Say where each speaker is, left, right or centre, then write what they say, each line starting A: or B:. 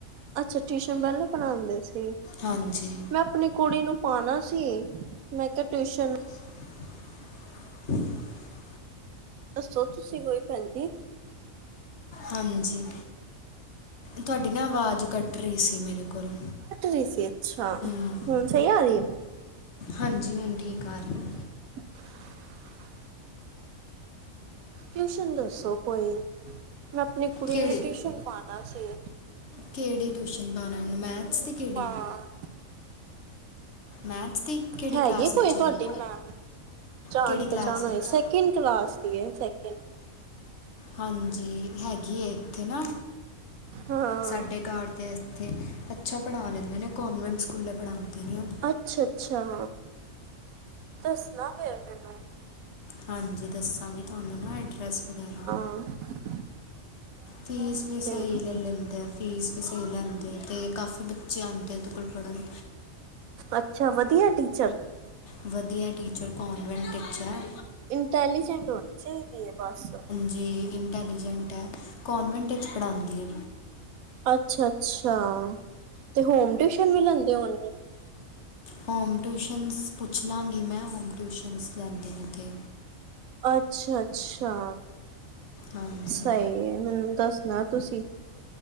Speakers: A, on the right; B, on the left.
A: ਅੱਛਾ ਟਿਊਸ਼ਨ ਪਹਿਲੇ ਪੜ੍ਹਾਂਦੇ ਸੀ,
B: ਹਾਂਜੀ
A: ਮੈਂ ਆਪਣੀ ਕੁੜੀ ਨੂੰ ਪਾਣਾ ਸੀ ਮੈਂ ਕਿਆ ਟਿਊਸ਼ਨ
B: <inaudible>
A: ਦੱਸੋ ਤੁਸੀ ਕੋਈ ਭੈਣ ਦੀ?
B: ਹਾਂਜੀ। ਤੁਹਾਡੀ ਨਾ ਆਵਾਜ਼ ਕੱਟ ਰਈ ਸੀ ਮੇਰੇ ਕੋਲ।
A: ਟ ਰੀ ਸੀ ਅੱਛਾ
B: ਹਮ
A: ਹੁਣ ਸਈ ਆ ਰੀ ਐ?
B: ਹਾਂਜੀ ਹੁਣ ਠੀਕ ਆ ਰੀ ਆ।
A: <inaudible> ਟਿਊਸ਼ਨ ਦੱਸੋ ਕੋਈ ਮੈਂ ਆਪਣੀ ਕੁੜੀ
B: ਕਿਹੜੀ
A: ਨੂੰ ਟਿਊਸ਼ਨ ਪਾਨਾ ਸੀ।
B: ਕਿਹੜੀ ਟਿਊਸ਼ਨ ਪਾਨਾ ਇਹਨੂੰ ਮੈਥਸ ਦੀ ਕਿਹੜੀ?
A: ਹਾਂ
B: ਮੈਥਸ ਦੀ ਕਿਹੜੀ
A: ਹੈਗੀ
B: ਕਲਾਸ
A: ਕੋਈ
B: ਵਿੱਚ
A: ਤੁਹਾਡੀ
B: ਹੈ
A: ਮੈਮ? ਜਾਣ
B: ਕਿਹੜੀ
A: ਪਹਿਚਾਣ
B: ਕਲਾਸ
A: ਹੋਈ
B: ਵਿੱਚ
A: ਸੈਕਿੰਡ ਕਲਾਸ ਦੀ ਏ ਸੈਕਿੰਡ।
B: ਹਾਂਜੀ ਹੈਗੀ ਏ ਇੱਥੇ ਨਾ
A: ਹਾਂ
B: ਸਾਡੇ ਘਰ ਦੇ ਇੱਥੇ ਅੱਛਾ ਪੜ੍ਹਾ ਲੈਂਦੇ ਨੇ ਕੋਨਵੈਂਟ ਸਕੂਲੇ ਪੜ੍ਹਾਉਂਦੇ ਨੇ ਓ।
A: ਅੱਛਾ-ਅੱਛਾ, ਦੱਸਣਾ ਫੇਰ ਮੈਨੂੰ।
B: ਹਾਂਜੀ ਦੱਸਾਂਗੀ ਤੁਹਾਨੂੰ ਨਾ ਐਡਰੈਸ ਵਗੈਰਾ।
A: ਹਾ
B: ਫੀਸ ਵੀ ਸਹੀ
A: ਮੈਨੂੰ
B: ਲ ਲੈਂਦੇ ਆ। ਫੀਸ ਵੀ ਸਈ ਲੈਂਦੇ ਆ ਤੇ ਕਾਫੀ ਬੱਚੇ ਆਂਦੇ ਇਹਦੇ ਕੋਲ ਪੜ੍ਹਨ।
A: ਅੱਛਾ ਵਧੀਆ ਟੀਚਰ?
B: ਵਧੀਆ ਟੀਚਰ ਕੋਨਵੈਂਟ ਇਚ ਐ।
A: ਇੰਟੈਲੀਜੈਂਟ ਹੋਣੀ ਚਾਈਦੀ ਏ ਬਸ।
B: ਜੀ ਇੰਨਟੈਲੀਜੈਂਟ ਐ ਕੋਨਵੈਂਟ ਚ ਪੜਾਂਦੀ ਏ।
A: ਅੱਛਾ-ਅੱਛਾ ਤੇ ਹੋਮ ਟਿਊਸ਼ਨ ਵੀ ਲੈਂਦੇ ਹੋਣਗੇ?
B: ਹੋਮ ਟਿਊਸ਼ਨਸ ਪੁੱਛ ਲਾਂਗੀ ਮੈਂ ਹੋਮ ਟਿਊਸ਼ਨਸ ਲੈਂਦੇ ਨੇ। ਇੱਥੇ
A: ਅੱਛਾ-ਅੱਛਾ।
B: ਹਾਂਜੀ
A: ਸਹੀ ਏ ਮੈਨੂੰ ਦੱਸਨਾ ਤੁਸੀਂ